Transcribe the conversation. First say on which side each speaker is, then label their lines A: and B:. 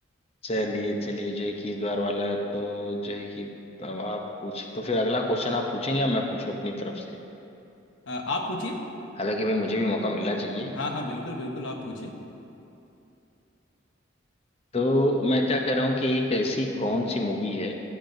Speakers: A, on the left; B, on the left.
A: चलिए चलिए जो है कि इस बार वाला है, तो जो है कि अब आप पूछ तो फिर अगला क्वेश्चन आप पूछेंगे या मैं पूछूं अपनी तरफ से
B: अ, आप पूछिए
A: हालांकि भाई मुझे भी मौका मिलना चाहिए
B: हाँ हाँ बिल्कुल बिल्कुल आप पूछिए
A: तो मैं क्या कह रहा हूँ कि एक ऐसी कौन सी मूवी है